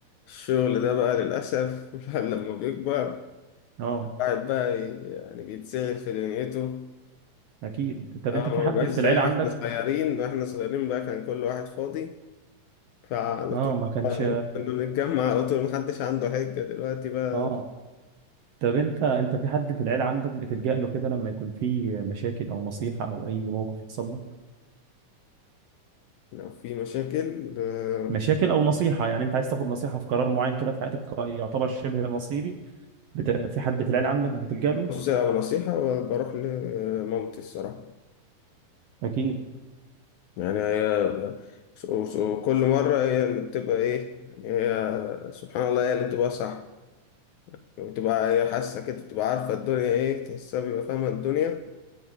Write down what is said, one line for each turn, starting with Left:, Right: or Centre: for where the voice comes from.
Left: الشغل ده بقى للأسف <laughs> الواحد لما بيكبر
Right: اه
Left: الواحد بقى يعني بيتسهل في دنيته
Right: اكيد طب
Left: اه
Right: انت في
Left: ما
Right: حد
Left: بيبقاش
Right: في
Left: زي
Right: العيله
Left: ما
Right: عندك
Left: احنا صغيرين واحنا صغيرين بقى كان كل واحد فاضي فعلى
Right: اه
Left: طول
Right: ما كانش
Left: كنا بنتجمع على طول محدش عنده حجة دلوقتي بقى
Right: اه طب انت انت في حد في العيله عندك بتلجأ له كده لما يكون في مشاكل او نصيحه او اي موقف حصل لك
Left: لو في مشاكل آه،
Right: مشاكل او نصيحه يعني انت عايز تاخد نصيحه في قرار معين كده في حياتك يعتبر شبه مصيري بت... في حد في العيله عندك بتلجأ له
Left: بص لو نصيحة بروح لمامتي الصراحة
Right: اكيد
Left: يعني هي وكل مرة هي اللي بتبقى ايه يعني هي سبحان الله هي اللي بتبقى صح بتبقى هي حاسة كده بتبقى عارفة الدنيا ايه تحسها بيبقى فاهمة الدنيا